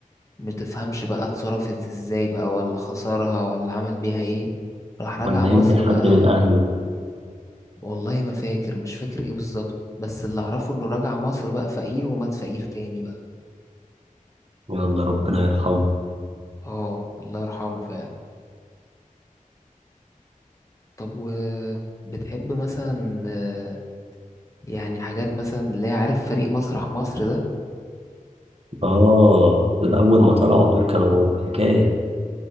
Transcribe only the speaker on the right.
ولا
يمكن حد
من اهله
يلا ربنا يرحمه
اه دول اول ما طلعوا دول كانوا حكاية